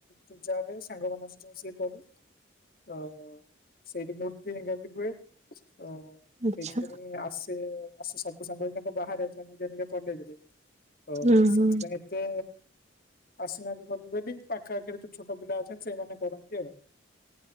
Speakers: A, on the left; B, on the right.
A: ପୂଜା ହୁଏ, ସାଙ୍ଗ ମାନଙ୍କ ସହ ମିଶିକି କରୁ ତ ସେଇଠୀ ମୂର୍ତ୍ତି ବି ହୁଏ ହୁଏ ତ
B: ଆଚ୍ଛା
A: ସେଇଥିପାଇଁ ଆସେ ଆ ସବୁ ସାଙ୍ଗ ତ ବାହାରେ ଅଛନ୍ତି ନିଜ ନିଜ କଲେଜରେ ତ
B: ହଁ ହଁ
A: ସେଥିପାଇଁ ଏତେ ଆସୁନାହାନ୍ତି ଘରକୁ ବୋଲି ପାଖ ଆଖରେ ଯୋଉ ଛୋଟ ପିଲା ଅଛନ୍ତି ସେଇମାନେ କରନ୍ତି ଆଉ